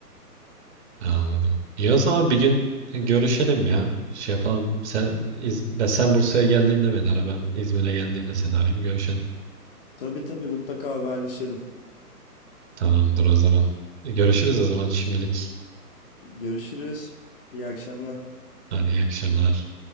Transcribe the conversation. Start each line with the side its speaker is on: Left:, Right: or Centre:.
Right: Anladım. İyi o zaman bir gün görüşelim ya. Şey yapalım. Sen İz- ben sen Bursa'ya geldiğinde beni ara. Ben İzmir'e geldiğinde seni arayayım. Görüşelim.
Left: Tabii tabii mutlaka haberleşelim.
Right: Tamamdır o zaman. Görüşürüz o zaman şimdilik.
Left: Görüşürüz. İyi akşamlar.
Right: Hadi iyi akşamlar.